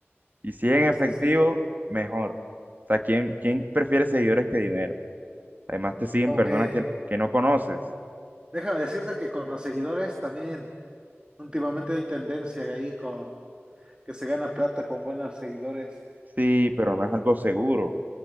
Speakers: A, on the right; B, on the right.
A: Y si en
B: no,
A: efectivo,
B: es que sí.
A: mejor. O sea, ¿quién, quién prefiere seguidores que dinero? Además, te siguen
B: Como
A: personas
B: que,
A: que, que no conoces.
B: déjame decirte que con los seguidores también últimamente hay tendencia ahí con que se gana plata con buenos seguidores.
A: Sí, pero no es algo seguro.